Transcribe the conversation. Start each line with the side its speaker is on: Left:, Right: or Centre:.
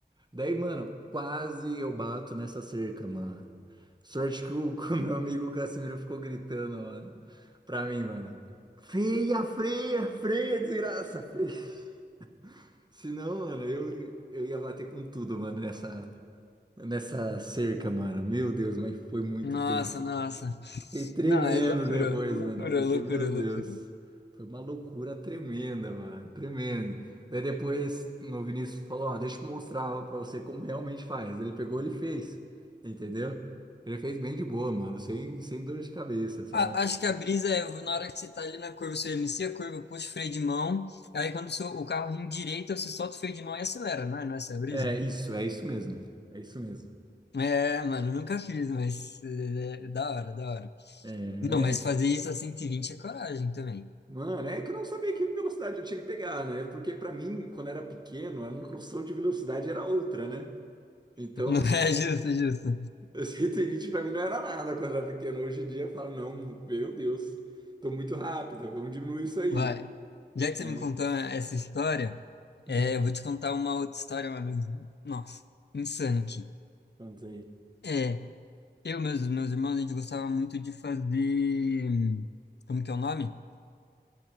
Right: Daí, mano, quase eu bato nessa cerca, mano. Sorte que o, <laughs> que o meu amigo Casimiro ficou gritando, mano. Pra mim, mano. Freia, freia, freia, desgraça, freia. <laughs> Senão, mano, eu, eu ia bater com tudo, mano, nessa nessa cerca, mano. Meu Deus, mas foi muito
Left: Nossa,
Right: tenso.
Left: nossa.
Right: Fiquei tremendo
Left: Não, é loucura,
Right: depois,
Left: loucura,
Right: mano, porque,
Left: loucura,
Right: meu Deus,
Left: loucura.
Right: foi uma loucura tremenda, mano, tremendo. Daí depois, no Vinícius falou, ó, deixa eu mostrar pra você como realmente faz. Daí Ele pegou, ele fez, entendeu? Ele fez bem de boa, mano, sem, sem dor de cabeça, sabe?
Left: A- Acho que a brisa é na hora que você tá ali na curva, você inicia a curva, puxa o freio de mão, aí quando o, seu, o carro endireita, você solta o freio de mão e acelera, não é? Não é essa a brisa?
Right: É isso, é isso mesmo, é isso mesmo.
Left: É, mano, eu nunca fiz, mas é, é da hora, da hora.
Right: É,
Left: Não, mas fazer isso a cento e vinte é coragem também.
Right: Mano, é que eu não sabia que velocidade eu tinha que pegar, né? Porque pra mim, quando era pequeno, a noção de velocidade era outra, né? Então,
Left: <laughs> Não
Right: os-
Left: é justo, justo.
Right: os 120 para mim não era nada quando era pequeno. Hoje em dia eu falo, não, meu Deus, tô muito rápido, vamos diminuir isso aí,
Left: Vai. Já que você
Right: né?
Left: me contou essa história,
Right: Hum.
Left: é, eu vou te contar uma outra história, mano. Nossa, insano aqui.
Right: Quanto aí?
Left: É, eu e meus, meus irmãos, a gente gostava muito de fazer. hum, Como que é o nome?